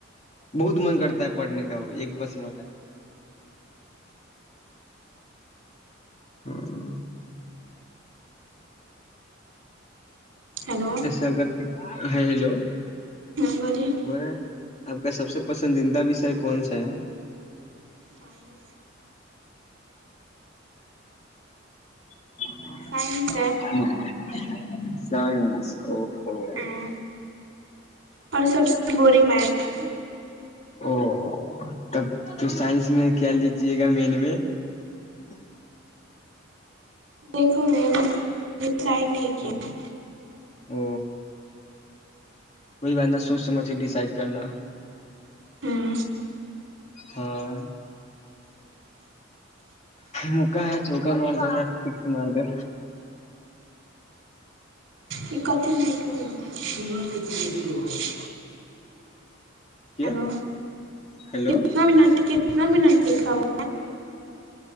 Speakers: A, on the left; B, on the right.
A: بہت من کرتا ہے پڑھنے کا وہ ایک بار سمجھ ب <unintelligible>
B: ہیلو
A: اسساب کرتے ہیں <unintelligible> ہاں ہیلو <unintelligible>
B: ہاں بجی <unintelligible>
A: ب آپ کا سب سے پسندیدہ وشے کون سا ہے <unintelligible>
B: سائنس
A: <unintelligible>
B: سائنس ہے
A: سانسکو <unintelligible> <unintelligible>
B: ہوں اور سب سے بورنگ میچ <unintelligible> ا <inaudible> <unintelligible>
A: او تب تو سائنس میں کیا لیجیے گا مین میں <unintelligible>
B: دیکھوں گی میں <unintelligible> ڈسائڈ نہیں کیا
A: او
B: <unintelligible>
A: او کوئی بات نہ سوچ سمجھ ڈسائڈ کرنا
B: ہوں
A: ہاں مکا ہے چوکا مار دو فس مار دو
B: اکت مٹ میں <unintelligible> ج <unintelligible>
A: کیا
B: ہیلو
A: ہیلو
B: کتنا منٹ کے کتنا منٹ ٹھیک ہے وہ